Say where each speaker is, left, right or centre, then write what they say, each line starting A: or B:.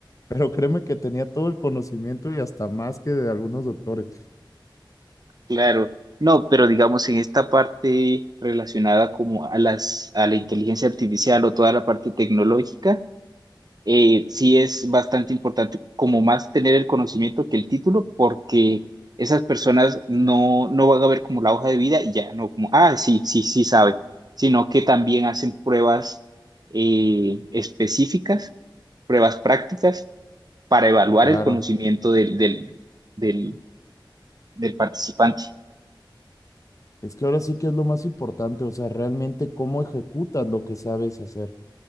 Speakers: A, on the left (about 40°); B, on the right (about 50°).
A: Pero créeme que tenía todo el conocimiento y hasta más que de algunos doctores.
B: Claro, no, pero digamos en esta parte relacionada como a las, a la inteligencia artificial o toda la parte tecnológica, eh, sí es bastante importante como más tener el conocimiento que el título, porque esas personas no, no van a ver como la hoja de vida y ya, no como, ah, sí, sí, sí sabe, sino que también hacen pruebas eh, específicas, pruebas prácticas para evaluar
A: Claro,
B: el conocimiento del, del, del, del participante.
A: es que ahora sí que es lo más importante, o sea, realmente cómo ejecutas lo que sabes hacer.